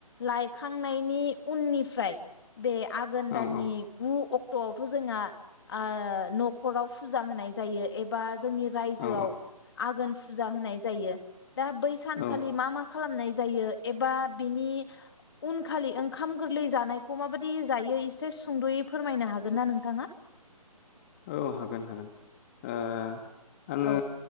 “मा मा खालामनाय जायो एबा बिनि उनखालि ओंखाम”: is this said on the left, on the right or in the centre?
Left